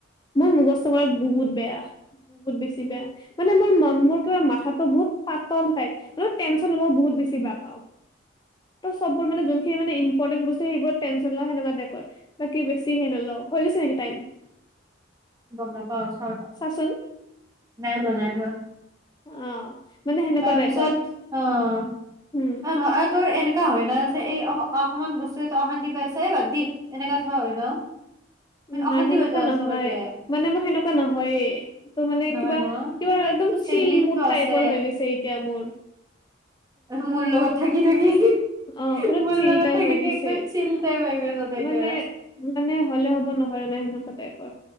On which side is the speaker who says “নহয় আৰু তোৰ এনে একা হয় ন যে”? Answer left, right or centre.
Right